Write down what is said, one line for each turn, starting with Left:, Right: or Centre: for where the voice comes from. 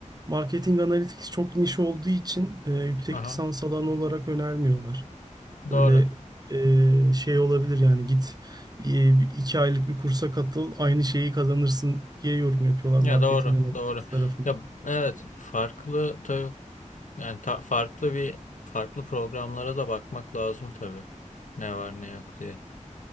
Right: Marketing Analytics çok niş olduğu için e, yüksek
Left: Aha.
Right: lisans alanı olarak önermiyorlar.
Left: Doğru.
Right: Böyle e, şey olabilir yani git e, iki aylık bir kursa katıl aynı şeyi kazanırsın diye yorum yapıyorlar
Left: Ya
Right: marketing
Left: doğru,
Right: analytics
Left: doğru.
Right: tarafından.
Left: Ya evet farklı tabii yani ta- farklı bir farklı programlara da bakmak lazım tabii. Ne var ne yok diye.